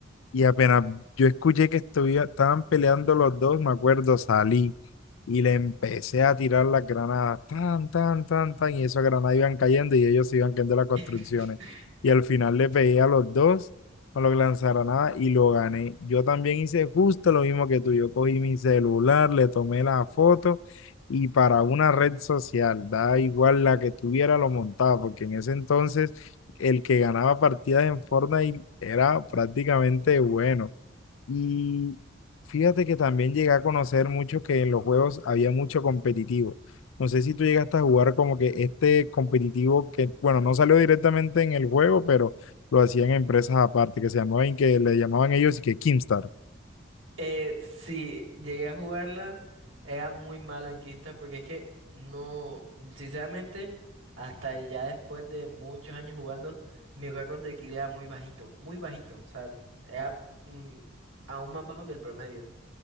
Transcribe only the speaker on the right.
<laughs>
Eh, sí, llegué a jugarla. Era muy malo en Quinta porque es que no, sinceramente, hasta ya después de muchos años jugando, mi récord de kill era muy bajito, muy bajito. O sea, era mm, aún más bajo que el promedio.